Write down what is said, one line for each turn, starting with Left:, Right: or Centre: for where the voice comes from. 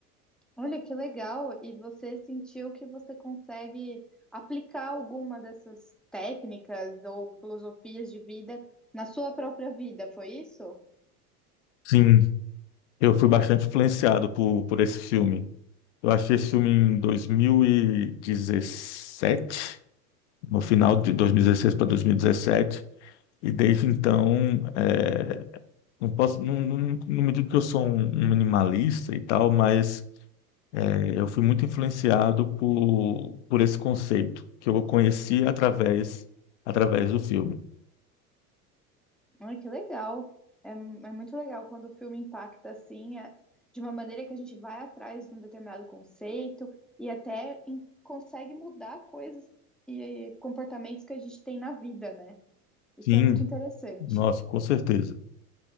Centre: Olha que legal! E você sentiu que você consegue aplicar alguma dessas técnicas ou filosofias de vida na sua própria vida, foi isso?
Left: Sim, eu fui bastante influenciado por, por esse filme. Eu achei esse filme em 2017, no final de 2016 para 2017. E dezessete. E desde então, é, não posso, não, não, não me digo que eu sou um um minimalista e tal, mas é, eu fui muito influenciado por, por esse conceito que eu conheci através, através do filme.
Centre: Ai, que legal. É, mu- é muito legal quando o filme impacta assim, é- de uma maneira que a gente vai atrás de um determinado conceito e até em- consegue mudar coisas e comportamentos que a gente tem na vida, né? Isso
Left: Sim,
Centre: é muito interessante.
Left: nossa, com certeza,